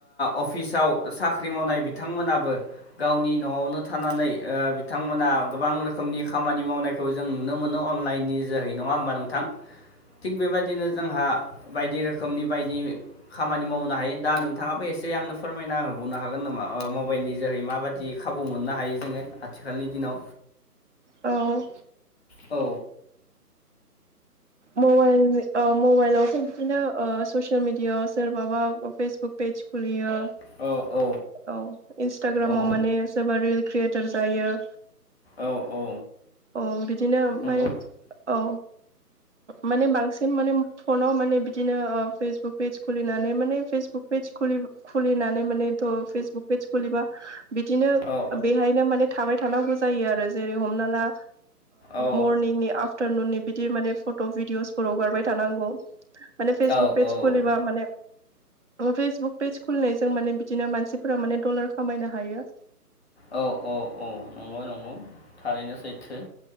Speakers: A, on the left (about 40°); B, on the right (about 45°).
A: अफिसाव साख्रि मावनाय बिथांमोनाबो गावनि न'आवनो थानानै बिथांमोना गोबां रोखोमनि खामानि मावनायखौ जों नुनो मोनो अनलाइननि जोहैनो। नङा होमबा नोंथां? थिग बेबायदिनो जोंहा बायदि रोखोमनि बायदि खामानि मावनो हायो दा नोंथाङाबो एसे आंनो फोरमायना होबावनो हागोन नामा? मबाइलनि जोहै माबादि खाबु मोननो हायो जोङो आथिखालनि दिनाव
B: औ
A: औ
B: मबाइल मबाइलावथ' बिदिनो ससियेल मिडिया सोरबाबा फेसबुक पेज खुलियो।
A: औ औ
B: औ इन्सटाग्रामाव
A: औ
B: माने सोरबा रिल क्रियेटर जायो।
A: औ औ
B: औ बिदिनो ओमफ्राय
A: नंगौ
B: औ माने बांसिन माने फनाव माने बिदिनो ओ फेसबुक पेज खुलिनानै माने फेसबुक पेज खुलि-खुलिनानै माने ' फेसबुक पेज खुलिबा बिदिनो
A: औ
B: बेहायनो माने थाबाय था थानांगौ जायो आरो जेरै हमना ला
A: औ
B: मर्निंनि आफ आफटारनुननि बिदि माने फट' भिडिअसफोराव गारबाय थानांगौ। माने फेसबुक
A: औ
B: पेज
A: औ
B: खुलिबा माने फेसबुक पेज खुलिनायजों माने बि बिदिनो मानसिफोरा माने डलार खामायनो हायो।
A: औ औ औ नंगौ नंगौ थारैनो सैथो